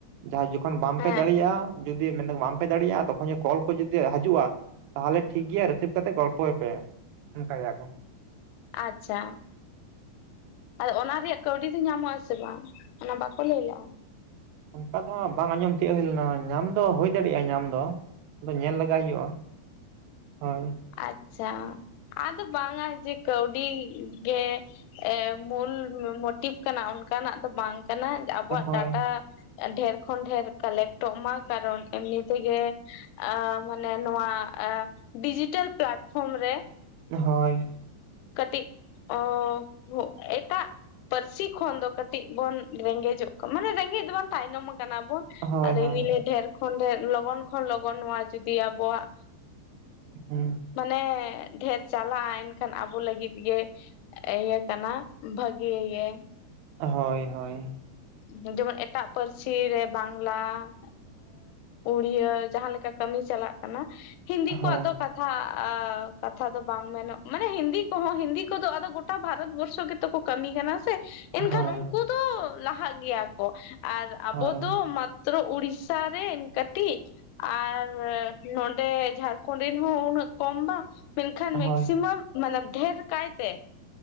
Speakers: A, on the right (about 85°); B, on the left (about 85°).
A: ᱡᱟᱦᱟᱸ ᱡᱚᱠᱷᱚᱱ ᱵᱟᱝᱯᱮ
B: ᱦᱮᱸ
A: ᱫᱟᱲᱮᱭᱟᱜ-ᱟ ᱡᱩᱫᱤ ᱢᱮᱱ ᱵᱟᱢᱯᱮ ᱫᱟᱲᱮᱭᱟᱜᱼᱟ ᱛᱚᱠᱷᱚᱱ ᱠᱚᱞ ᱠᱚ ᱡᱩᱫᱤ ᱦᱟᱡᱩᱜᱼᱟ ᱛᱟᱦᱞᱮ ᱴᱷᱤᱠ ᱜᱮᱭᱟ ᱨᱤᱥᱤᱵᱷ ᱠᱟᱛᱮᱜ ᱜᱚᱞᱯᱚᱭᱮ ᱯᱮ᱾ ᱚᱝᱠᱟᱭᱮᱜ-ᱟ ᱠᱚ᱾
B: ᱟᱪᱪᱷᱟ ᱟᱫᱚ ᱚᱱᱟ ᱨᱮᱭᱟᱜ ᱠᱟᱹᱣᱰᱤ ᱫᱚ ᱧᱟᱢᱚᱜ ᱟᱥᱮ ᱵᱟᱝ ᱚᱱᱟ ᱵᱟᱠᱚ ᱞᱟᱹᱭ ᱞᱟᱜ-ᱟ?
A: ᱚᱱᱠᱟ ᱫᱚ ᱦᱟᱸᱜ ᱵᱟᱝ ᱟᱸᱡᱚᱢ ᱛᱤᱭᱳᱜ ᱦᱩᱭ ᱞᱮᱱᱟ ᱧᱟᱢ ᱫᱚ ᱦᱩᱭ ᱫᱟᱲᱮᱜ-ᱟ ᱧᱟᱢ ᱫᱚ ᱟᱫᱚ ᱧᱮᱞ ᱞᱮᱜᱟᱭ ᱦᱩᱭᱩᱜ-ᱟ ᱦᱳᱭ
B: ᱟᱪᱪᱷᱟ ᱟᱫᱚ ᱵᱟᱝᱟ ᱡᱮ ᱠᱟᱹᱣᱰᱤ ᱜᱮ ᱢᱩᱞ ᱢᱚᱴᱤᱵᱷ ᱠᱟᱱᱟ ᱚᱱᱠᱟᱱᱟᱜ ᱫᱚ ᱵᱟᱝ ᱠᱟᱱᱟ ᱟᱵᱚᱣᱟᱜ
A: ᱦᱳᱭ
B: ᱰᱟᱴᱟ ᱰᱷᱮᱨ ᱠᱷᱚᱱ ᱰᱷᱮᱨ ᱠᱟᱞᱮᱠᱴ ᱴᱚᱜ ᱢᱟ ᱠᱟᱨᱚᱱ ᱮᱢᱱᱤ ᱛᱮᱜᱮ ᱟ ᱢᱟᱱᱮ ᱱᱚᱣᱟ ᱰᱤᱡᱤᱴᱮᱞ ᱯᱞᱟᱴᱯᱷᱨᱚᱢ ᱨᱮ
A: ᱦᱚᱭ
B: ᱠᱟᱹᱴᱤᱡ ᱚ ᱮᱴᱟᱜ ᱯᱟᱹᱨᱥᱤ ᱠᱷᱚᱱ ᱫᱚ ᱠᱟᱹᱴᱤᱡ ᱵᱚᱱ ᱨᱮᱸᱜᱮᱡᱚᱜ ᱠᱟᱱᱟ ᱢᱟᱱᱮ ᱨᱮᱸᱜᱮᱡ ᱫᱚ ᱵᱟᱝ ᱛᱟᱭᱱᱚᱢ ᱠᱟᱱᱟ ᱵᱚᱱ᱾
A: ᱦᱳᱭ
B: ᱟᱫᱚ
A: ᱦᱳᱭ
B: ᱤᱧ ᱫᱚᱧ ᱞᱟᱹᱭᱟ ᱰᱷᱮᱨ ᱠᱷᱚᱱ ᱰᱷᱮᱨ ᱞᱚᱜᱚᱱ ᱠᱷᱚᱱ ᱞᱚᱜᱚᱱ ᱱᱚᱣᱟ ᱡᱩᱫᱤ ᱟᱵᱚᱣᱟᱜ
A: ᱦᱩᱸ
B: ᱢᱟᱱᱮ ᱰᱷᱮᱨ ᱪᱟᱞᱟᱜ-ᱟ ᱮᱱᱠᱷᱟᱱ ᱟᱵ ᱟᱵᱚ ᱞᱟᱹᱜᱤᱫ ᱜᱮ ᱤᱭᱟᱹ ᱠᱟᱱᱟ ᱵᱷᱟᱹᱜᱤ ᱜᱮ᱾
A: ᱦᱳᱭ ᱦᱳᱭ
B: ᱡᱮᱢᱚᱱ ᱮᱴᱟᱜ ᱯᱟᱹᱨᱥᱤ ᱨᱮ ᱵᱟᱝᱞᱟ ᱩᱲᱭᱟᱹ ᱡᱟᱦᱟᱸ ᱞᱮᱠᱟ ᱠᱟᱹᱢᱤ ᱪᱟᱞᱟᱜ ᱠᱟᱱᱟ ᱦᱤᱱᱫᱤ ᱠᱚᱣᱟᱜ
A: ᱦᱳᱭ
B: ᱫᱚ ᱠᱟᱛᱷᱟ ᱠᱟᱛᱷᱟ ᱫᱚ ᱵᱟᱝ ᱢᱮᱱᱚᱜ ᱢᱟᱱᱮ ᱦᱤᱱᱫᱤ ᱠᱚᱦᱚᱸ ᱦᱤᱱᱫᱤ ᱠᱚᱫᱚ ᱟᱫᱚ ᱜᱚᱴᱟ ᱵᱷᱟᱨᱚᱛ ᱵᱚᱨᱥᱚ ᱜᱮ ᱛᱚ ᱠᱚ ᱠᱟᱹᱢᱤ ᱠᱟᱱᱟ ᱥᱮ ᱮᱱ
A: ᱦᱳᱭ
B: ᱠᱷᱟᱱ ᱩᱱᱠᱩ ᱫᱚ ᱞᱟᱦᱟᱜ ᱜᱮᱭᱟ ᱠᱚ ᱟᱨ ᱟᱵᱚ
A: ᱦᱳᱭ
B: ᱫᱚ ᱛᱨᱚ ᱩᱲᱤᱥᱥᱟ ᱨᱮᱱ ᱠᱟᱹᱴᱤᱡ ᱟᱨ ᱱᱚᱰᱮ ᱡᱷᱟᱲᱠᱷᱚᱸᱱᱰ ᱨᱤᱱ ᱦᱚᱸ ᱩᱱᱟᱹᱜ ᱠᱚᱢ ᱵᱟᱝ ᱢᱮᱱᱠᱷᱟᱱ
A: ᱦᱳᱭ
B: ᱢᱮᱠᱥᱤᱢᱟᱢ ᱢᱟᱱᱮ ᱰᱷᱮᱨ ᱠᱟᱭᱛᱮ